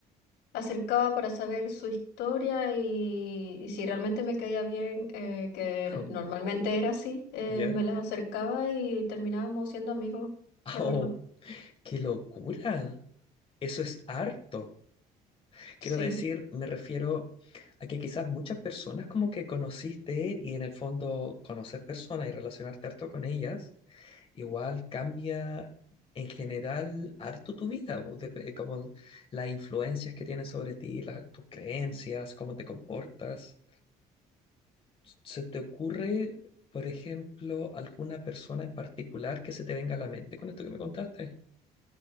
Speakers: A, on the left; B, on the left.
A: acercaba para saber su historia y, y si realmente me caía bien, eh, que
B: <laughs>
A: normalmente era así, eh,
B: ¿Ya?
A: me las acercaba y terminábamos siendo amigos, la
B: Oh,
A: verdad.
B: qué locura. Eso es harto.
A: Sí.
B: Quiero decir, me refiero a que quizás muchas personas como que conociste y en el fondo conocer personas y relacionarte harto con ellas, igual cambia en general harto tu vida, po, dep- como las influencias que tienen sobre ti, la- tus creencias, cómo te comportas. ¿Se te ocurre, por ejemplo, alguna persona en particular que se te venga a la mente con esto que me contaste?